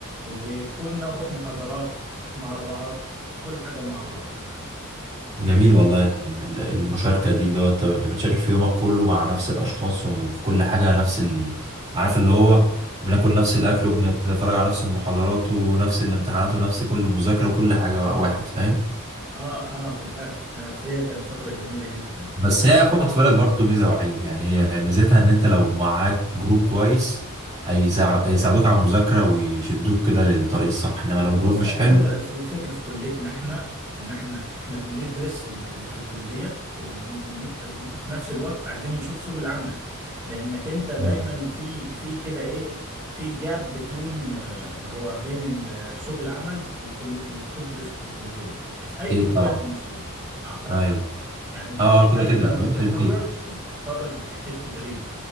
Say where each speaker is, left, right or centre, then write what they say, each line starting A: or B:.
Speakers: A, on the right; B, on the right.
A: وكنا نروح محاضرات مع بعض كل حاجة مع بعض
B: جميل والله ال- ال- المشاركة دي اللي هو انت بت- بتشارك في يومك كله مع نفس الأشخاص وفي كل حاجة نفس ال... عارف
A: تعرف
B: اللي هو بناكل نفس الأكل وبنتفرج على نفس المحاضرات ونفس الامتحانات ونفس كل مذاكرة وكل حاجة واحد فاهم
A: اه اه بالفعل كانت فيها كانت فترة جميلة جدا
B: بس هي خد في بالك برضه ميزة وعيب يعني هي ميزتها إن أنت لو معاك جروب كويس هيساع- هيساعدوك على المذاكرة ويشدوك كده للطريق الصح إنما لو جروب
A: بص
B: مش
A: الفكرة
B: حلو
A: في الفكرة في كليتنا احنا ان احنا احنا بندرس اللي في الكلية وفي نفس الوقت عايزين نشوف سوق العمل لانك انت دايما
B: مم.
A: في في كده ايه في جاب بتوين اللي هو بين ال- سوق العمل والكل اللي بتدرسه في الكلية في اي
B: ايه
A: كليات
B: طبعا
A: المصرية اعتقد
B: ايوه
A: يعني انت
B: اه
A: بتحتاج
B: كده كده
A: لما
B: 100%
A: بتتخرج بتتخرج بتحتاج تدريب